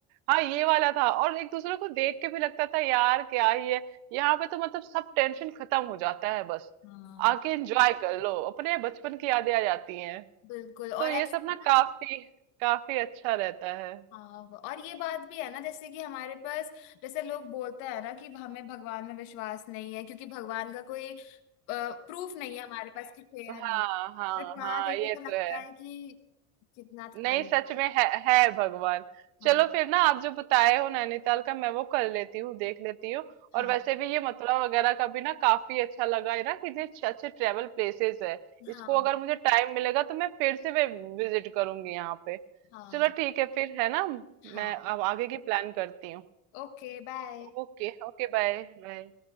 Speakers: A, on the right (about 75°); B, on the left (about 80°).
A: हाँ ये वाला था और एक दूसरे को देख के भी लगता था यार क्या ही है यहाँ पे तो मतलब सब टेंशन खत्म हो जाता है बस
B: हाँ
A: आके एंजॉय कर लो अपने बचपन की यादें आ जाती हैं
B: बिल्कुल और
A: तो ये
B: ऐसा
A: सब ना
B: ना
A: काफी काफी अच्छा रहता है
B: हाँ वो- और ये बात भी है ना जैसे कि हमारे पास जैसे लोग बोलते हैं ना कि हमें भगवान में विश्वास नहीं है क्योंकि भगवान का कोई प्रूफ नहीं है हमारे पास कि थे या
A: हाँ
B: नहीं
A: हाँ
B: बट वहां
A: हाँ
B: देख
A: ये
B: के तो लगता
A: तो है
B: है कि कितना था
A: नहीं
B: ही
A: सच में है, है भगवान
B: हाँ
A: चलो फिर ना आप जो बताए हो नैनीताल का मैं वो कर लेती हूँ देख लेती हूँ और
B: हाँ
A: वैसे भी ये मथुरा वगैरह का भी ना काफी अच्छा लगा है ना कि इतने अच्छे अच्छे ट्रेवल प्लेसेस है इसको
B: हाँ
A: अगर मुझे टाइम मिलेगा तो मैं फिर से विजिट करूंगी यहाँ पे
B: हाँ
A: चलो ठीक है फिर है ना
B: हाँ
A: मैं अब आगे की प्लान करती हूँ
B: Okay bye
A: Okay okay bye bye